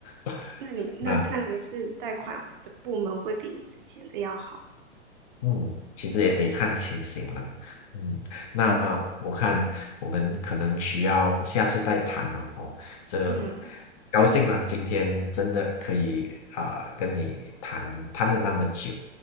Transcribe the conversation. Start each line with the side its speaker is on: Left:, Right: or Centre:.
Left: <laughs>
Right: 那你那看来是贷款的部门会比你之前的要好。
Left: 那。嗯，其实也得看情形了。嗯，那我看我们可能需要下次再谈了哦。这
Right: 嗯
Left: 高兴了，今天真的可以啊、跟你谈谈了那么久。